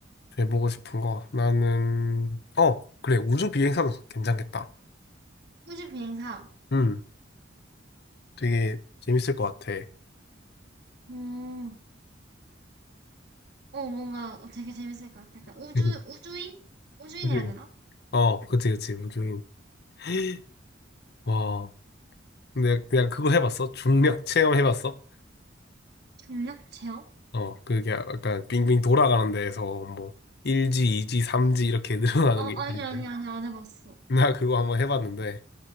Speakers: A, on the left; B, on the right.
A: 해보고 싶은 거. 나는, 어, 그래. 우주 비행사도 괜찮겠다.
B: 우주 비행사.
A: 음, 되게 재밌을 것 같아.
B: 어, 어, 뭔가 어, 되게 재밌을 것 같아. 약간
A: <laughs>
B: 우주, 우주인? 우주인이라
A: 그치?
B: 해야 되나?
A: 어, 그치, 그치. 우주인. <gasps> <laughs> 와. 근데 그냥 그거 해봤어? 중력 체험 해봤어?
B: 중력 체험?
A: 어, 그게 약간 빙빙 돌아가는 데에서 뭐, 1지, 2지, 3지 이렇게 <laughs> 늘어나는
B: 어,
A: 게
B: 아니,
A: 있다는
B: 아니,
A: 거야.
B: 아니, 안 해봤어.
A: 나 그거 한번 해봤는데,